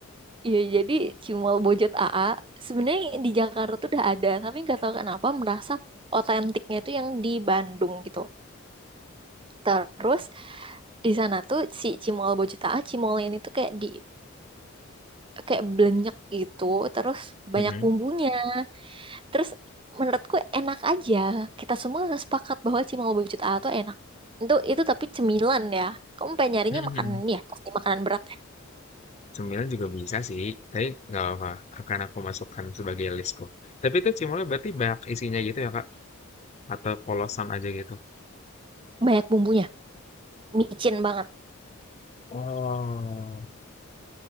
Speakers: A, on the right; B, on the left.
A: Iya jadi Cimol Bojot a a sebenarnya di Jakarta tuh udah ada tapi nggak tahu kenapa merasa otentiknya itu yang di Bandung gitu. Terus di sana tuh si Cimol Bojot a a Cimol ini tuh kayak di kayak belenyek gitu terus banyak
B: Mhm.
A: bumbunya. Terus menurutku enak aja. Kita semua sepakat bahwa cimol bucut A tuh enak. Itu itu tapi cemilan ya. Kamu pengen nyarinya
B: Mhm.
A: makanan ini ya, pasti makanan berat ya.
B: Cemilan juga bisa sih, tapi nggak apa-apa. Akan aku masukkan sebagai listku. Tapi itu cemolnya berarti banyak isinya gitu ya, Kak? Atau polosan aja gitu?
A: Banyak bumbunya, micin banget.
B: Oh,